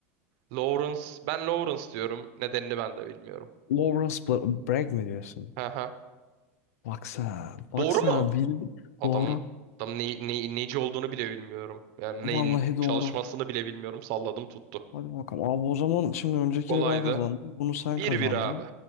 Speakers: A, on the right (about 50°); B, on the left (about 75°).
A: Lawrence. Ben Lawrence diyorum. Nedenini ben de bilmiyorum.
B: Lawrence Bla- Bragg mi diyorsun?
A: Hı hı.
B: Baksana. Baksana.
A: Doğru mu?
B: Bildim.
A: Adamın
B: Doğru.
A: adamın ne, ne, neci olduğunu bile bilmiyorum. Yani
B: Vallahi
A: neyin
B: doğru.
A: çalışmasını bile bilmiyorum. Salladım tuttu.
B: Hadi bakalım. Abi o zaman şimdi öncekini
A: Kolaydı.
B: ben kazandım. Bunu sen
A: Bir
B: kazandın.
A: bir abi.